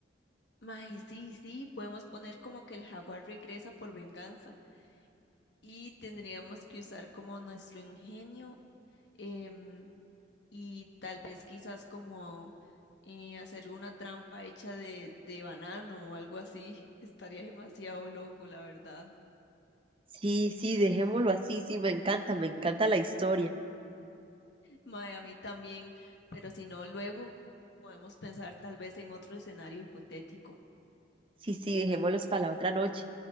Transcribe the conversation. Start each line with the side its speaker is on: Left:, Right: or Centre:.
Left: Mae, sí, sí, podemos poner como que el jaguar regresa por venganza y tendríamos que usar como nuestro ingenio. em, y tal vez quizás como eh, hacer una trampa hecha de, de banano o algo así. <laughs> Estaría demasiado loco, la verdad.
Right: Sí, sí, dejémoslo así. Sí, me encanta, me encanta la historia.
Left: Mae, a mí también, pero si no, luego podemos pensar tal vez en otro escenario hipotético.
Right: Sí, sí, dejémoslos para la otra noche.